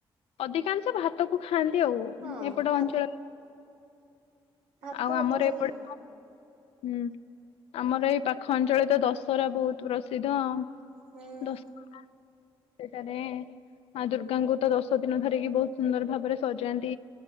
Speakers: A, on the left (about 85°); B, on the right (about 85°).
A: ଅଧିକାଂଶ ଭାତ କୁ ଖାଆନ୍ତି, ଆଉ
B: ହଁ
A: ଏପଟ
B: ଭା
A: ଅଞ୍ଚଳ
B: ଭାତ
A: ଆଉ
B: ଅଧିକ
A: ଆମର ଏପଟେ
B: ଖାଆନ୍ତି।
A: ହୁଁ ଆମର ଏଇ ପାଖ ଅଞ୍ଚଳରେ ତ, ଦଶହରା ବହୁତ ପ୍ରସିଦ୍ଧ।
B: ହୁଁ
A: <inaudible> ସେଠାରେ ମା ଦୁର୍ଗାଙ୍କୁ ତ ଦଶ ଦିନ ଧରିକି ବହୁତ ସୁନ୍ଦର ଭାବରେ ସଜା